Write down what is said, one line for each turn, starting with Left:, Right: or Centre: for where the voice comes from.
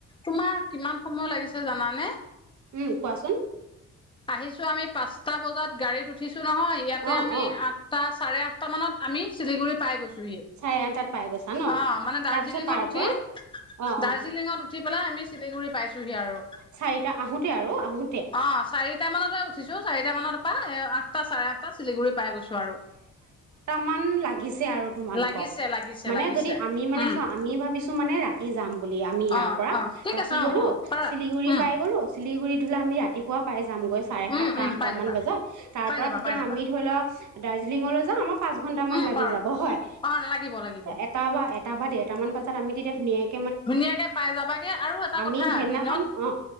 Left: তোমাৰ কিমান সময় লাগিছে জানানে।
Right: উম কোৱাচোন।
Left: আহিছো আমি পাঁচটা বজাত গাড়ীত উঠিছো। নহয় ইয়াতে
Right: অ
Left: আমি
Right: অ
Left: আঠটা চাৰে আঠ তা মানত আমি চিলিগুৰি পাই গৈছো।
Right: চাৰে আঠটাত পাই গৈছা ন
Left: অ মানে দাৰ্জিলিঙত
Right: তাৰপিছত তাৰ
Left: উঠি
Right: পৰা অ
Left: দাৰ্জিলিঙত।
Right: অ
Left: উঠি পেলাই আমি চিলিগুৰি পাইছো। হি আৰু
Right: চাৰিটা আহোতে আৰু আহোতে
Left: অ চাৰিটা মানতে। উঠিছো চাৰিটা মানৰ পৰা আঠটা চাৰে আঠটা চিলিগুৰি পাই গৈছো আৰু
Right: মান লাগিছে। আৰু তোমালোকক
Left: লাগিছে লাগিছে
Right: মানে
Left: লাগিছে
Right: যদি আমি মানে
Left: উম
Right: চোৱা আমি ভাবিছো মানে ৰাতি যাম। বুলি আমি ইয়াৰ
Left: অ
Right: পৰা
Left: অ ঠিক
Right: ৰাতি
Left: আছে অ
Right: গলো
Left: অ পাৰা
Right: চিলিগুৰি
Left: উম
Right: পাই গলো। চিলিগুৰিত তো আমি ৰাতিপুৱা পাই যামগৈ চাৰে
Left: উম
Right: সাতটা।
Left: উম
Right: টামান
Left: পাই যাবা
Right: বজাত তাৰ
Left: পাই
Right: পৰা
Left: যাবা
Right: তেতিয়া
Left: পাই যাবা
Right: আমি ধৰি লওক। দাৰ্জিলিঙলৈ যাম আমাৰ পাঁচ ঘন্টা মান
Left: উম
Right: লাগি
Left: পাৰা
Right: যাব হয়
Left: অ লাগিব লাগিব
Right: এটা বা এটা বা দেৰটা মান বজাত আমি তেতিয়া। ধুনীয়াকে।
Left: ধুনীয়াকে পাই যাবাগে আৰু এটা
Right: আমি
Left: কথা
Right: সেইদিনাখন
Left: দিনত
Right: অঁ